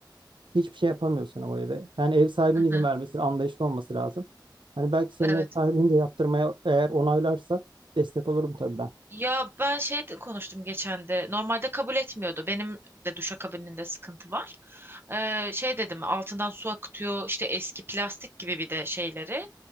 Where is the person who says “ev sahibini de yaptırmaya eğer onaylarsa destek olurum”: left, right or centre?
Right